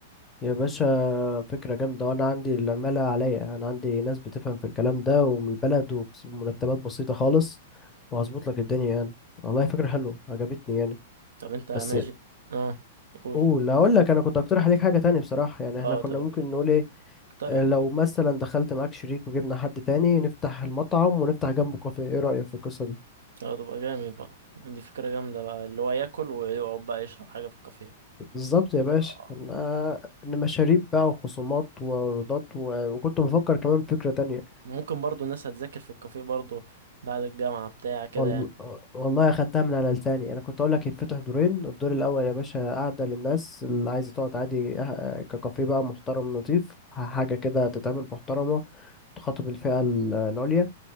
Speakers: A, on the left (about 20°); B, on the right (about 80°).
A: يا باشا فكرة جامدة وانا عندي العمالة عليا انا عندي ناس بتفهم في الكلام ده ومن البلد وبمرتبات بسيطة خالص وهظبط لك الدنيا يعني والله فكرة حلوة عجبتني يعني
B: طب أنت ماشي
A: بس
B: اه قول
A: قول هقول لك انا كنت اقترح عليك حاجه تاني بصراحه يعني
B: اه
A: احنا كنا
B: طب
A: ممكن نقول ايه
B: اقترح
A: آه،
B: اقترح
A: لو مثلا دخلت معاك شريك وجبنا حد تاني نفتح المطعم ونفتح جنبه كافيه ايه رايك في القصه دي
B: اه تبقى جامد بقى دي فكرة جامدة بقى اللي هو ياكل ويقعد بقى يشرب حاجة في الكافيه
A: بالظبط يا باشا
B: اه
A: انا إن مشاريب بقى وخصومات وعروضات و... وكنت بفكر كمان فكره تانية
B: ممكن برضو الناس هتذاكر في الكافيه برضو بعد الجامعة بتاع كده
A: وال...
B: يعني
A: والله اخدتها من على لساني انا كنت اقول لك يتفتح دورين الدور الاول يا باشا قاعده للناس اللي عايزه تقعد عادي آه، ككافيه بقى محترم نظيف حاجه كده تتعمل محترمه تخاطب الفئه ال- العليا